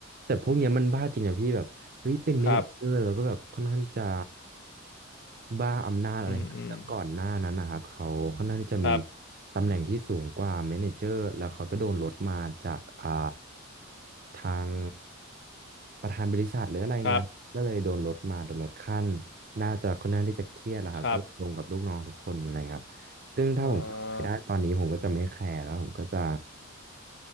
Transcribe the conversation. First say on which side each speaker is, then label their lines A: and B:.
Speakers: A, on the right; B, on the left.
A: แต่พวกเนี้ยมันบ้าจริงนะพี่แบบเฮ้ยเป็นเมเนเจอร์แล้วก็แบบค่อนข้างที่จะ
B: ครับ
A: บ้าอำนาจอะไรครับแล้วก่อนหน้านั้นนะครับเขาค่อนข้างที่จะมี
B: อืมอืมครับ
A: ตำแหน่งที่สูงกว่าเมเนเจอร์แล้วเขาก็โดนลดมาจากอ่าทางประธานบริษัทหรืออะไรเงี้ยก็เลยโดนลดมาโดนลดขั้น
B: ครับ
A: น่าจะค่อนข้างที่จะเครียดแหละครับก็เลยลงกับลูกน้องทุกคนอะไรครับซึ่งถ้าผมกลับไปได้ตอนนี้ผมก็จะไม่แคร์แล้วผมก็จะ
B: ครับเอ่อ